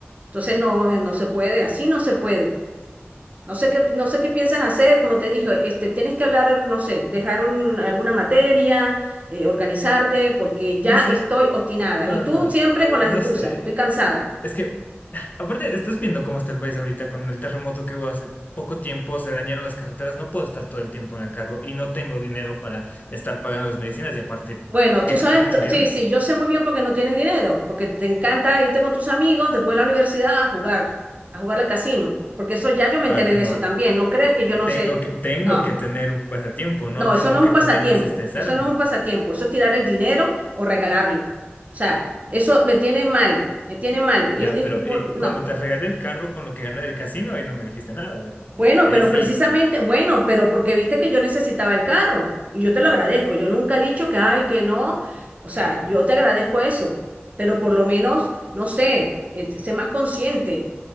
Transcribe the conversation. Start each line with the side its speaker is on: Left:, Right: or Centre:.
Right: Entonces, no, eh, no se puede, así no se puede. No sé qué, no sé qué piensas hacer, como te dije, este, tienes que hablar, no sé, dejar un- alguna materia, eh, organizarte, porque ya
Left: No sé,
Right: estoy obstinada.
Left: no,
Right: Y tú
Left: no,
Right: siempre
Left: a ver,
Right: con las
Left: no
Right: excusas,
Left: sé.
Right: estoy cansada.
Left: Es que, aparte, estás viendo cómo está el país ahorita con el terremoto que hubo hace poco tiempo, se dañaron las carreteras, no puedo estar todo el tiempo en el carro y no tengo dinero para estar pagando las medicinas y aparte
Right: Bueno,
Left: viajar
Right: tú sabes,
Left: en
Right: tú-
Left: avión.
Right: sí, sí, yo sé muy bien porque no tienes dinero, porque te encanta irte con tus amigos después de la universidad a jugar, a jugar al casino, porque eso ya yo me
Left: A
Right: enteré
Left: ver, tengo,
Right: de eso también, no creas
Left: eh,
Right: que yo no
Left: tengo
Right: sé,
Left: que, tengo
Right: no.
Left: que tener un pasatiempo, ¿no?
Right: No, eso
Left: Tengo
Right: no es
Left: que
Right: un
Left: también
Right: pasatiempo,
Left: desestresarme.
Right: eso no es un pasatiempo, eso es tirar el dinero o regalarlo. O sea, eso me tiene mal, me tiene mal.
Left: Ya,
Right: Es- es-
Left: pero eh,
Right: por- no,
Left: cuando te regalé el carro con lo que gané del casino, ahí no me dijiste nada, ¿verdad?
Right: bueno,
Left: Ahí
Right: pero
Left: sí,
Right: precisamente, bueno, pero porque viste que yo necesitaba el carro y yo te lo agradezco, yo nunca he dicho que, ay, que no, o sea, yo te agradezco eso, pero por lo menos, no sé, eh, sé más consciente.